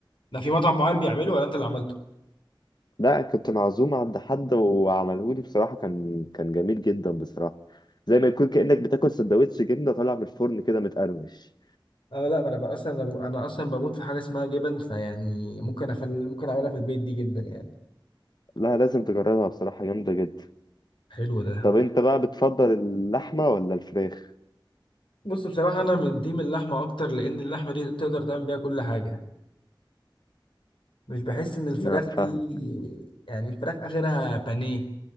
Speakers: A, on the left; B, on the left.
A: ده في مطعم معين بيعمله ولا انت اللي عملته
B: لا كنت معزوم عند حد وعملهولي بصراحة كان كان جميل جدا بصراحة زي ما يكون كأنك بتاكل سندوتش جبنة طالع من الفرن كده متقرمش
A: اه لا ما انا بقى اصلا انا, ب... أنا اصلا بموت في حاجه اسمها جبن فيعني ممكن اخلي ممكن اعملها في البيت دي جدا يعني
B: لا لازم تجربها بصراحة جامدة جدا
A: حلو ده
B: طب انت بقى بتفضل اللحمة ولا الفراخ؟
A: بص بصراحه انا من تيم اللحمه اكتر لان اللحمه دي تقدر تعمل بيها كل حاجه مش بحس ان الفراخ
B: نعم فاهم
A: دي يعني الفراخ اخرها بانيه